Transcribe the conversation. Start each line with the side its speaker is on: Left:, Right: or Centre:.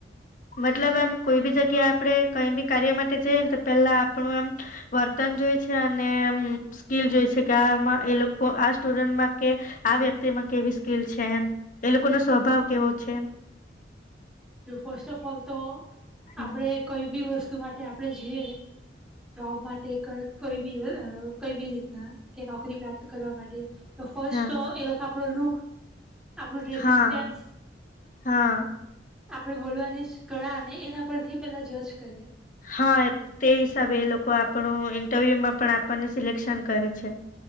Left: મતલબ એમ કોઈ બી જગ્યા આપણે કઈ બી કાર્ય માટે જઈ ને તો પેલા આપણું એમ વર્તન જોય છે અને એમ સ્કીિલ જોઈ છે કે આમા એ લોકો આ સ્ટુડન્ટમાં કે આ વ્યક્તિમાં કેવી સ્કીલ છે એમ એ લોકોનો સ્વભાવ કેવો છે.
Centre: જો ફસ્ટ ઓફ ઓલ તો
Left: એમ.
Centre: આપડે કોઈ બી વસ તું માટે આપડે જે જોબ માટે કણક કઈ બી હૈ ના કઈ ભી રીતના કે નોકરી પ્રાપ્ત કરવા માટે તો ફર્સ્ટ
Left: હા
Centre: ઓ એ લોકા આપડો લુક આપણું ડ્રેસિંગ
Left: હા
Centre: સેન્સ
Left: હા
Centre: આપણે બોલવાની જ કળા ને એના પરથી પેલા જજ કરે
Left: હા, એ તે હિસાબે એ લોકો આપ પણું ઇન્ટરવ્યુ માં પણ આપણને સિલેક્શન કરે છે.